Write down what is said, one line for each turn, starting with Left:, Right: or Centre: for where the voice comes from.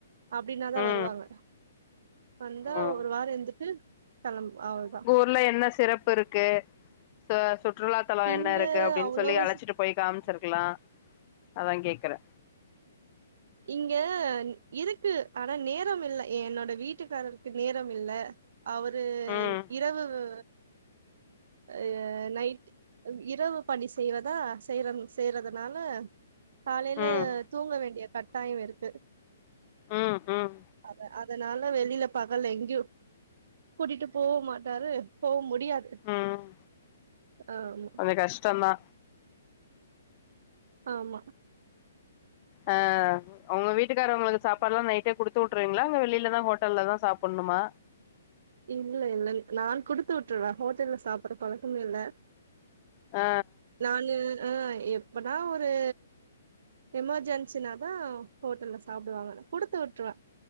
Right: அப்டினாதா
Left: ம்
Right: வருவாங்க வந்தா
Left: ம்
Right: ஒரு வாரோ இருந்துட்டு கெளம்பு அவ்ளோ தா
Left: உள்ள என்ன சிறப்பு இருக்கு ச சுற்றுலாத்தலோ
Right: இங்க
Left: என்ன இருக்கு அப்டின்னு
Right: அவ்ளோவா
Left: சொல்லி அழச்சிட்டு போய் காமிச்சிருக்கலா அதான் கேட்கறே
Right: இங்க இருக்கு ஆனா நேரமில்ல எ என்னோட வீட்டுக்காரருக்கு நேரம் இல்ல அவரு
Left: ம்
Right: இரவு வ்வு அ நைட்டு அம் இரவு பணி செய்வதா செய்ற செய்றதுனால காலே
Left: ம்
Right: தூங்க வேண்டிய கட்டாய இருக்கு
Left: ம் ம்
Right: ஆமா அ அதனால வெளியில பகல்ல எங்கேயு கூட்டிட்டு போக மாட்டாரு போக முடியாது
Left: ம்
Right: ஆமா
Left: கொஞ்ச கஷ்டந்தா
Right: ஆமா
Left: அ உங்க வீட்டுக்கார உங்களுக்கு சாப்பாடுல்லா நை ட்டே குடுத்து விட்ருவீங்களாங் வெளிலதா ஹோட்டல்லலதா சாப்பணுமா
Right: இல்ல இல்ல நா குடுத்து விட்டுருவே ஹோட்டல்ல சாப்படுற பழக்கமே இல்ல
Left: ஆ
Right: நானு ஆ எப்பதா ஒரு எமர்ஜென்சினாதா ஹோட்டல்ல சாப்டுவாங்க குடுத்து விட்டுருவே